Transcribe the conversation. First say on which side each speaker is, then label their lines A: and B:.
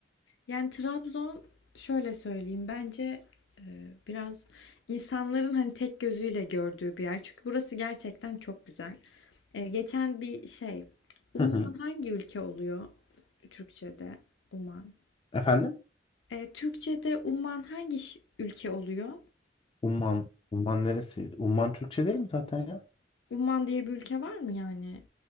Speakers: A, on the left; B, on the left.
A: Yani Trabzon şöyle söyleyeyim bence e, biraz insanların hani tek gözüyle gördüğü bir yer. Çünkü burası gerçekten çok güzel. E, geçen bir şey Umman
B: Hı hı.
A: hangi ülke oluyor Türkçe'de? Umman.
B: Efendim?
A: E, Türkçe'de Umman hangi ş- ülke oluyor?
B: Umman. Umman neresiydi? Umman Türkçe değil mi zaten ya?
A: Umman diye bir ülke var mı yani?